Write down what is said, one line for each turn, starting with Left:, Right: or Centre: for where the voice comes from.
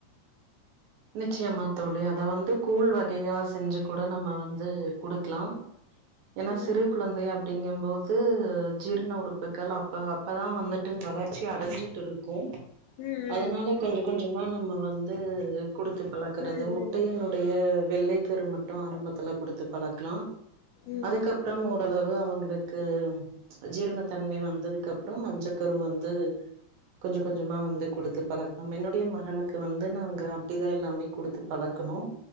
Right: நிச்சயமா தோழி அத வந்து கூழ் வகையா செஞ்சு கூட நம்ம வந்து குடுக்லா ஏன்னா
Left: ம்
Right: சிறு குழந்தைய அப்டிங்கபோ து ஜீர்ண உ றுப்புக்கள் அப்ப அப்பதா வந்துட்டு வளர்ச்சி அடஞ்சிட்டு இருக்கு
Left: ம்
Right: அதனால கொஞ்சோ கொஞ்சோ மா நம்ம வந்து குடுத்து பழக்றது
Left: ம்
Right: முட்டையினுடைய
Left: ம்
Right: வெள்ளை கரு மட்டு ஆரம்பத்துல குடுத்து பழக்கலா
Left: ம்
Right: அதுகப்றோ ஓரளவு அவங்க உங்களுக்கு ஜீரணத்தன்மை வந்ததுக்கு அப்றோ மஞ்ச கரு வந்து கொஞ்சோ கொஞ்சமா வந்து குடுத்து பழகலாம் என்னுடைய மகனுக்கு க்கு வந்து நாங்க அப்டி தா எல்லாமே குடுத்து பழக்கனோ